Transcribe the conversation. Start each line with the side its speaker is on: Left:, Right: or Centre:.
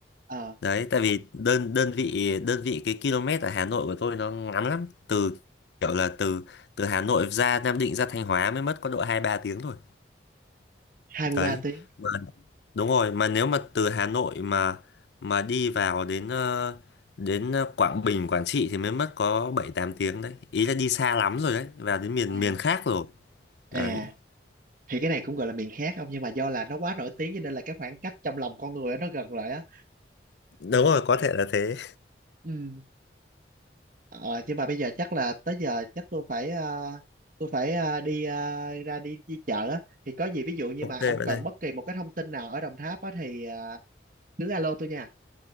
Right: ờ
Left: đấy tại vì đơn đơn vị đơn vị cái km ở Hà Nội của tôi nó ngắn lắm từ kiểu là từ từ Hà Nội ra Nam Định ra Thanh Hóa mới mất có độ hai ba tiếng thôi
Right: 23
Left: đấy
Right: tiếng
Left: mà, đúng rồi mà nếu mà từ Hà Nội mà mà đi vào đến ờ, đến ờ, Quảng Bình Quảng Trị thì mới mất có bảy tám tiếng đấy ý là đi xa lắm rồi đấy vào đến miền
Right: ờ
Left: miền khác rồi
Right: à
Left: đấy
Right: thì cái này cũng gọi là miền khác không nhưng mà do là nó quá nổi tiếng cho nên là cái khoảng cách trong lòng con người á, nó gần lại á
Left: đúng rồi có thể là thế
Right: ừ. ờ, nhưng mà bây giờ chắc là tới giờ chắc tôi phải ờ, tôi phải ờ, đi ờ, ra đi, đi chợ á thì có gì ví dụ như
Left: ok
Right: mà ông
Left: bạn
Right: cần
Left: ơi
Right: bất kỳ một cái thông tin nào ở Đồng Tháp á thì ờ, cứ alo tôi nha